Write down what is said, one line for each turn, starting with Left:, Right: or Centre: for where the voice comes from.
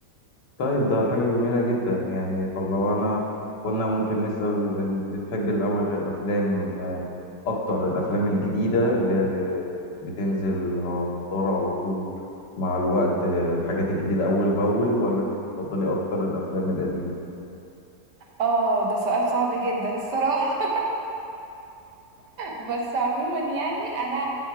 Left: طيب ده حاجة جميلة جدا يعني طب لو أنا قلنا ممكن نسأل أنت بتحب الأول الأفلام آه، أكتر الأفلام الجديدة اللي اللي بتنزل على المدار على طول مع الوقت آه، الحاجات الجديدة أول بأول ولا أنت بتفضلي أكتر الأفلام القديمة؟
Right: اه ده سؤال صعب جدا الصراحة بس عموما يعني انا